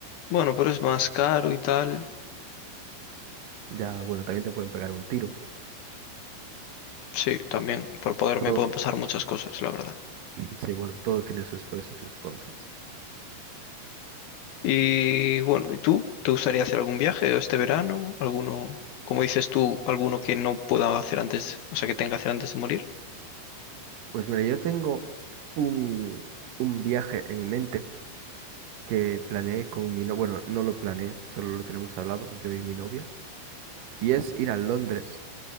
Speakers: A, on the left; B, on the right.
A: Bueno, pero es más caro y tal.
B: Ya, bueno, también te pueden pegar un tiro.
A: Sí, también. Por poder
B: Todo,
A: me pueden pasar muchas cosas, la verdad.
B: <clears throat> sí, bueno, todo tiene sus pros y sus contras.
A: Y bueno, ¿y tú? ¿Te gustaría hacer algún viaje este verano? ¿Alguno, como dices tú, alguno que no pueda hacer antes, o sea, que tenga que hacer antes de morir?
B: Pues mira, yo tengo un, un viaje en mente que planeé con mi novia. Bueno, no lo planeé, solo lo tenemos hablado, yo y mi novia. Y es ir a Londres.